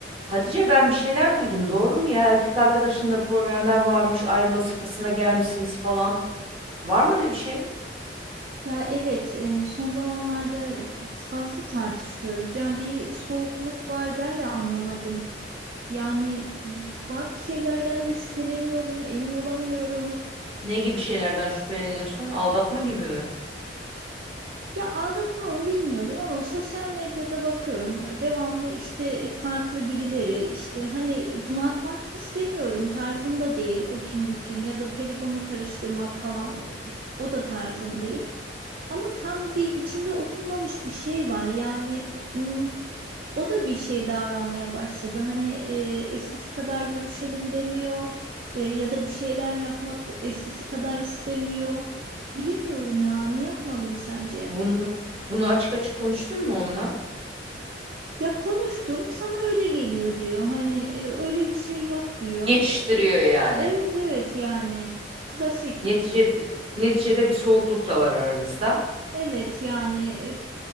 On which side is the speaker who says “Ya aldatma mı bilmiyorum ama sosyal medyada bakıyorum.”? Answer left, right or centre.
Right